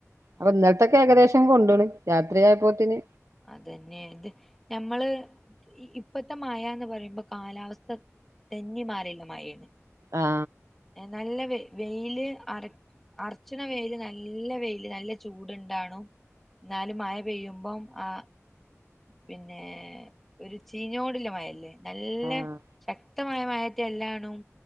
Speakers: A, on the right; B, in the centre.
A: അപ്പൊ
B: ആ
A: ഇത്തൊക്കെ ഏകദേശം കൊണ്ടണ് രാത്രിയപ്പോത്തിന്
B: അതന്നെ ഇത് ഞമ്മള് ഇപ്പത്തെ മഴ എന്ന് പറയുമ്പോ കാലാവസ്ഥ തെന്നി മാറില്ല മഴേന്
A: ആ
B: നല്ല വെ വെയില് അറ അർച്ചണ വെയില് നല്ല വെയില് നല്ല ചൂടുണ്ടണും എന്നാലും മഴ പെയ്യുമ്പം ആ പിന്നെ ഒരു ചീഞ്ഞോണ്ട് ഇളമഴ നല്ല
A: ആഹ്
B: ശക് ശക്തമായ മയറ്റ എല്ലാണും